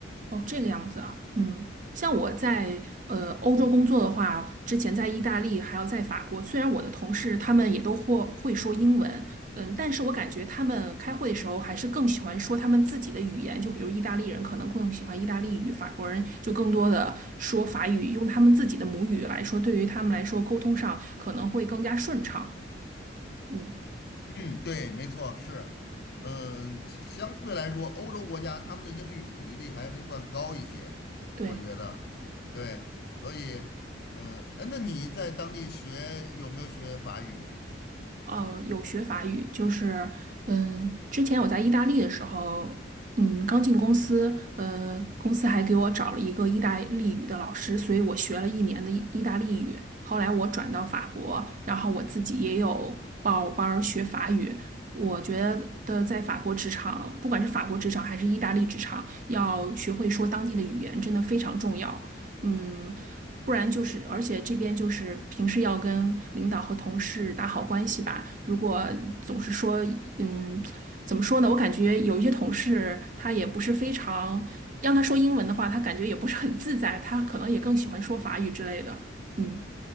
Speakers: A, on the right; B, on the left.
A: 哦，这个样子啊，嗯，像我在呃欧洲工作的话，之前在意大利还有在法国，虽然我的同事他们也都或会说英文，嗯，但是我感觉他们开会的时候还是更喜欢说他们自己的语言，就比如意大利人可能更喜欢意大利语，法国人就更多的说法语，用他们自己的母语来说，对于他们来说沟通上可能会更加顺畅，嗯，
B: 嗯，对，没错，是。嗯，相对来说，欧洲国家他们的英语普及率还会算高一些，
A: 对。
B: 我觉得。对，所以，呃，哎，那你在当地学有没有学法语？
A: 呃，有学法语，就是，嗯，之前我在意大利的时候，嗯，刚进公司，呃，公司还给我找了一个意大利语的老师，所以我学了一年的意意大利语。后来我转到法国，然后我自己也有报班儿学法语。我觉得在法国职场，不管是法国职场还是意大利职场，要学会说当地的语言，真的非常重要。嗯，不然就是，而且这边就是平时要跟领导和同事打好关系吧。如果总是说，嗯，怎么说呢？我感觉有一些同事他也不是非常，让他说英文的话，他感觉也不是很自在，他可能也更喜欢说法语之类的。嗯